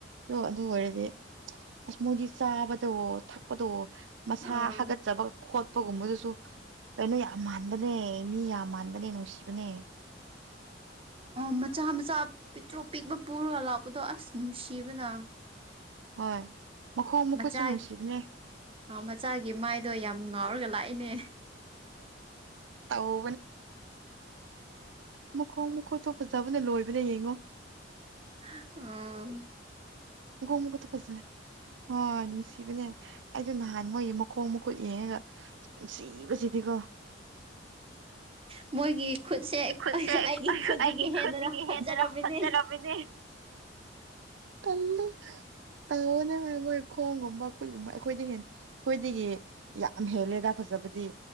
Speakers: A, on the right; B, on the right.
A: ꯑꯗꯣ ꯑꯗꯨ ꯑꯣꯏꯔꯗꯤ ꯑꯁ ꯃꯣꯏꯗꯤ ꯆꯥꯕꯗ ꯊꯛꯄꯗ
B: ꯑꯥ
A: ꯃꯁꯥ ꯍꯥꯒꯠꯆꯕ ꯈꯣꯠꯄ ꯑꯄꯒꯨꯝꯕꯗꯨꯁꯨ ꯀꯩꯅꯣ ꯌꯥꯝ ꯃꯥꯟꯕꯅꯦ ꯃꯤ ꯌꯥꯝ ꯃꯥꯟꯕꯅꯦ ꯅꯨꯡꯁꯤꯕꯅꯦ
B: ꯑꯣ ꯃꯆꯥ ꯃꯆꯥ ꯄꯤꯛꯇ꯭ꯔꯣ ꯄꯤꯛꯄ ꯄꯨꯔꯒ ꯂꯥꯛꯄꯗꯣ ꯑꯁ ꯅꯨꯡꯁꯤꯕꯅ
A: ꯍꯣꯏ ꯃꯈꯣ ꯃꯨꯈꯣꯁꯨ
B: ꯃꯆꯥꯒꯤ
A: ꯅꯨꯡꯁꯤꯕꯅꯦ
B: ꯑ ꯃꯆꯥꯒꯤ ꯃꯥꯏꯗꯣ ꯌꯥꯝ ꯉꯥꯎꯔꯒ ꯂꯥꯛꯏꯅꯦ
A: ꯑꯥꯎ ꯃ ꯑꯇꯣꯞ ꯐꯖꯥꯕꯅ ꯂꯣꯏꯕꯗ ꯌꯦꯡꯉꯣ
B: ꯑ
A: ꯣꯃꯨꯒ ꯐꯖ ꯑꯣ ꯅꯨꯡꯁꯤꯕꯅꯦ ꯑꯩꯁꯨ ꯅꯍꯥꯟ ꯃꯣꯏꯒꯤ ꯃꯈꯣꯡ ꯃꯈꯨꯠ ꯌꯦꯡꯉꯒ ꯅꯨꯡ ꯁꯤꯕꯁꯤꯗꯤꯀꯣ
B: ꯃꯣꯏꯒꯤ ꯈꯨꯠꯁꯦ
A: ꯈꯨꯠꯁꯦ
B: ꯑꯩꯒꯤ ꯈꯨꯠꯇꯒꯤ
A: ꯑꯩꯒꯤ
B: ꯍꯦꯟꯅ
A: ꯈꯨꯠꯇꯒꯤ
B: ꯐꯖꯔꯝꯃꯤꯅꯦ
A: ꯍꯦꯟꯅꯅ ꯍꯣꯠꯖꯔꯕꯅꯦ ꯄꯜ ꯇꯉꯅꯦ ꯍꯥꯏ ꯑꯃꯈꯡ ꯉ ꯠꯒꯨꯝꯕ ꯑꯩꯈꯣꯏꯗ ꯍ ꯊꯣꯏꯗꯒꯤ ꯌꯥꯝ ꯍꯦꯜꯂꯦꯗ ꯐꯖꯕꯗꯤ